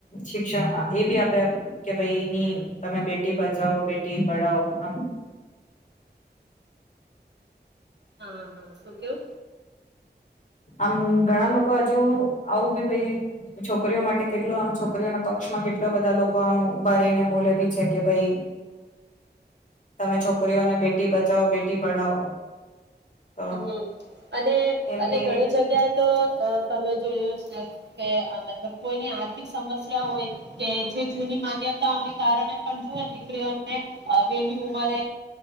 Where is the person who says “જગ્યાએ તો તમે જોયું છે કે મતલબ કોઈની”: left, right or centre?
Right